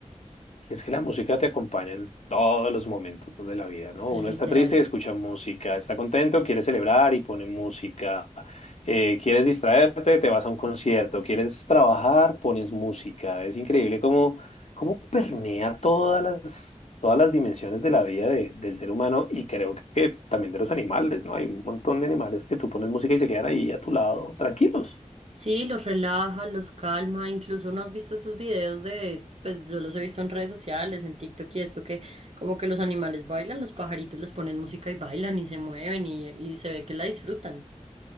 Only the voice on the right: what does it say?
literal.
Sí, los relaja, los calma, incluso no has visto esos videos de, pues yo los he visto en redes sociales, en TikTok y esto que como que los animales bailan, los pajaritos les ponen música y bailan y se mueven y, y se ve que la disfrutan.